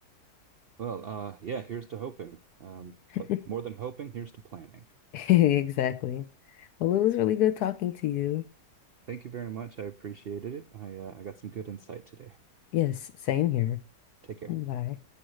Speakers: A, on the right; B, on the left.
A: Well, uh yeah, here's to hoping. Um, but
B: it.
A: more than hoping, here's to planning.
B: <laughs> Exactly. Well, it was really good talking to you.
A: Thank you very much. I appreciated it. I uh, I got some good insight today.
B: Yes, same here.
A: Take care.
B: Bye.